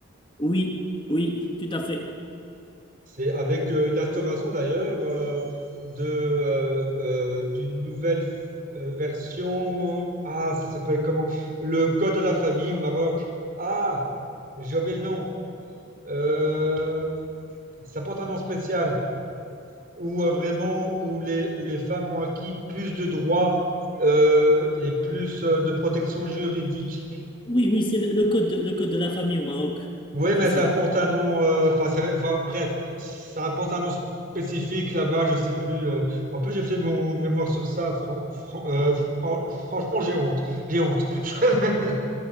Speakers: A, on the left; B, on the right.
A: oui, oui, tout à fait.
B: C'est avec euh, l'instauration d'ailleurs euh, de, euh, euh, d'une nouvelle euh, version. Ah, ça s'appelle comment? Le Code de la famille au Maroc. Ah, j'ai oublié le nom. Euh, ça porte un nom spécial. Où euh, vraiment, où les, où les femmes ont acquis plus de droits euh, et plus euh, de protection juridique.
A: Oui, oui, c'est le, le code, de- le code de la famille au Maroc.
B: Oui,
A: C'est
B: mais
A: ça.
B: ça porte un nom. euh, Enfin, ça- enfin, bref, ça porte un nom spécifique là-bas. Je sais plus. euh. En plus, j'ai fait mon mémoire sur ça. fran- fran- euh, fran- franchement, j'ai honte. J'ai honte. <laughs>